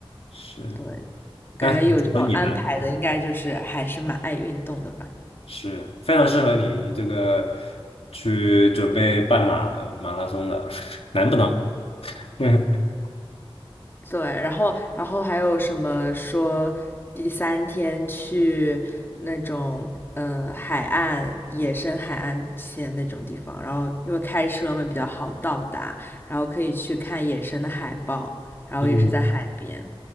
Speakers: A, on the left (about 75°); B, on the left (about 20°).
A: 是。
B: 对，我感觉有这种安排的，
A: 那和你呢？
B: 应该就是还是蛮爱运动的吧。
A: 是非常适合你这个去准备半马马拉松的，<laughs> 难不难？<laughs> 对
B: 对，然后然后还有什么说第三天去那种呃海岸野生海岸线那种地方，然后因为开车嘛比较好到达，然后可以去看野生的海豹，然后也是在海边。
A: 嗯，